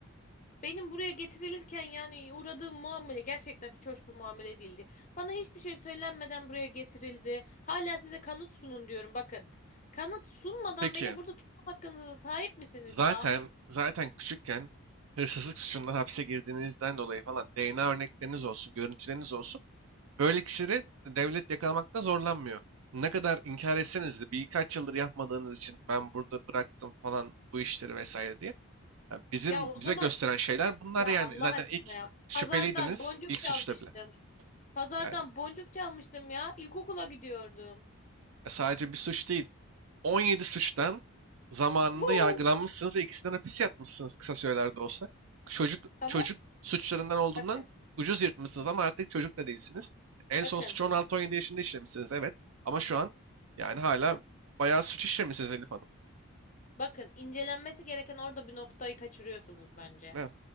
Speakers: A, on the left (about 35°); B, on the right (about 70°).
A: benim buraya getirilirken yani uğradığım muamele gerçekten hiç hoş bir muamele değildi. Bana hiçbir şey söylenmeden buraya getirildi. Hala size kanıt sunun diyorum bakın. Kanıt sunmadan
B: Peki
A: beni burada tutma hakkınıza sahip misiniz
B: zaten
A: ya?
B: zaten küçükken hırsızlık suçundan hapse girdiğinizden dolayı falan DNA örnekleriniz olsun, görüntüleriniz olsun. Böyle kişileri devlet yakalamakta zorlanmıyor. Ne kadar inkar etseniz de birkaç yıldır yapmadığınız için ben burada bıraktım falan bu işleri vesaire diye. Ya bizim
A: Ya o
B: bize
A: zaman
B: gösteren şeyler bunlar
A: ya
B: yani.
A: Allah
B: Zaten
A: aşkına
B: ilk
A: ya.
B: şüpheliydiniz
A: Pazardan boncuk
B: ilk suçta
A: çalmıştım.
B: bile
A: Pazardan
B: yani.
A: boncuk çalmıştım ya. İlkokula gidiyordum.
B: Ya sadece bir suç değil. 17 suçtan zamanında
A: Huu.
B: yargılanmışsınız ve ikisinden hapis yatmışsınız kısa sürelerde olsa. Çocuk
A: Tamam
B: çocuk suçlarından olduğundan
A: bakın
B: ucuz yırtmışsınız ama artık çocuk da değilsiniz. En
A: bakın.
B: son suçu 16-17 yaşında işlemişsiniz evet. Ama şu an yani hala bayağı suç işlemişsiniz Elif Hanım.
A: Bakın incelenmesi gereken orada bir noktayı kaçırıyorsunuz bence.
B: Evet.